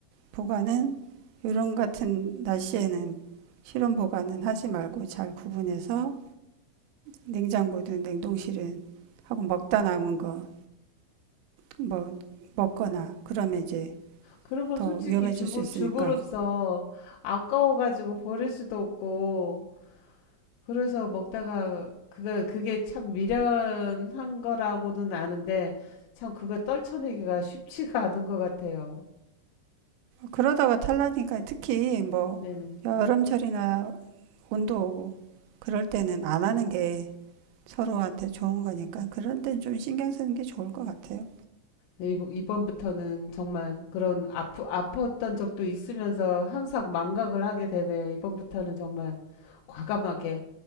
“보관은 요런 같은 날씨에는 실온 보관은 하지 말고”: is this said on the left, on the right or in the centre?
Right